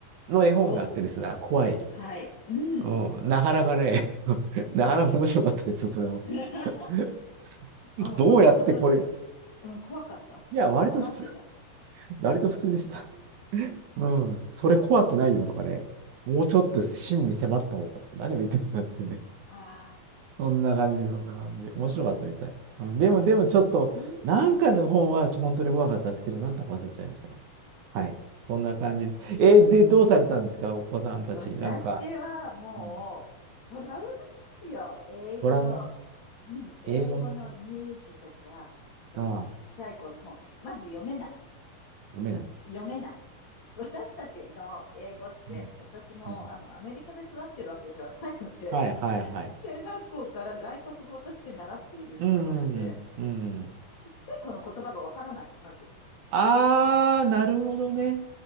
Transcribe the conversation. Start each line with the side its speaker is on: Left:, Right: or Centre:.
Right: の絵本があってですね、
Left: お、
Right: 怖い。
Left: はい。うん。
Right: うん、なかなかね、<laughs> なかなか面白かったですよ、それも。
Left: <laughs>
Right: <laughs>
Left: あ、
Right: どうやってこれ、
Left: お嬢さんどうでしたうん、怖かった怖がってた
Right: いや、割と普通、割と普通でした。
Left: え私
Right: うん、それ怖くないよとかね、もうちょっと真に迫った方がとか、何を言ってるんだってね。
Left: ああ、
Right: そんな感じ、そんな感じ。
Left: そうか。
Right: 面白かったみたい。うん、でも、でもちょっと、
Left: うん。
Right: なんかの本は本当に怖かったですけど、なんだか忘れちゃいましたね。はい。そんな感じです。
Left: あー
Right: えーで、どうされたんですか、お子さんたち。
Left: 私はもう、
Right: なんか、うん、
Left: トラウマですよ。英語の、
Right: ドラマ
Left: うん、英語の乳児とか、
Right: 英語の
Left: そのちっちゃい子の本。
Right: ああ、
Left: まず読めない。
Right: 読めない。
Left: 読めない。私たちの英語って、
Right: うん。
Left: 私もあの、
Right: うん
Left: アメリカで育ってるわけではないので、
Right: はいはいはい。
Left: 中学校から外国語として習っている人なので、
Right: うんうんうん。うん
Left: ちっちゃい子の言葉がわからない、まず。
Right: あー、なるほどね。